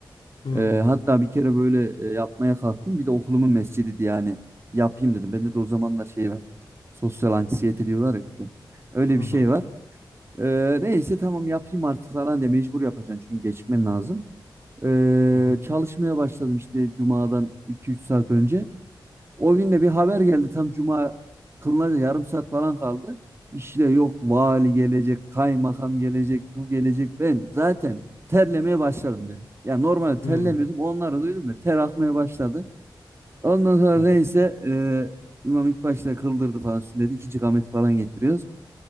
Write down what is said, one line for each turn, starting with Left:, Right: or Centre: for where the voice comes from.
Left: Hı hı.
Right: E, hatta bir kere böyle e, yapmaya kalktım. Bir de okulumun mescidiydi yani. Yapayım dedim. Bende de o zamanlar şey var. Sosyal anksiyete diyorlar ya. işte. Öyle bir
Left: Hı hı.
Right: şey var. E, neyse tamam yapayım artık falan diye mecbur yapacaksın çünkü geçmen lazım. E,
Left: Hı hı.
Right: çalışmaya başladım işte cumadan 2-3 saat önce. O gün de bir haber geldi tam cuma kılınacak yarım saat falan kaldı. İşte yok vali gelecek, kaymakam gelecek, şu gelecek. Ben zaten terlemeye başladım direkt. Ya normalde terlemiyordum.
Left: Hı
Right: Onları duydum da ter akmaya başladı. Ondan sonra
Left: hı.
Right: neyse e, imam ilk başta kıldırdı falan sünneti. ikinci kameti falan getiriyoruz.